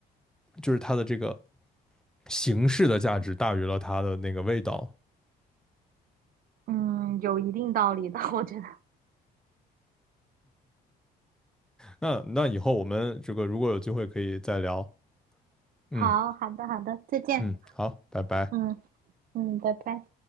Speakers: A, in the centre; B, on the right (about 55°).
A: 就是它的这个形式的价值大于了它的那个味道。
B: 嗯，有一定道理的，我觉得。
A: 那那以后我们这个如果有机会可以再聊，嗯
B: 好，好的，好的，再见。
A: 嗯，好，拜拜。
B: 嗯嗯，拜拜。